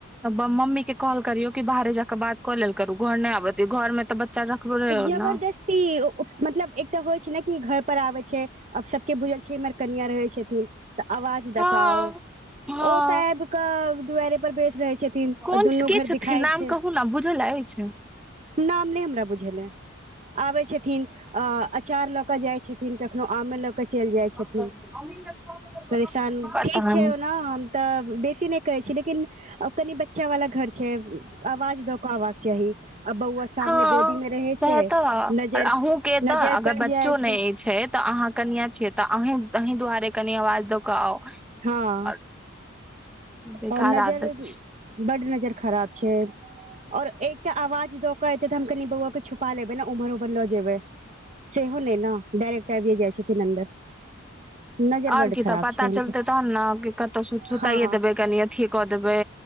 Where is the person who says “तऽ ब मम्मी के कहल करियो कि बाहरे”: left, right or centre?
Centre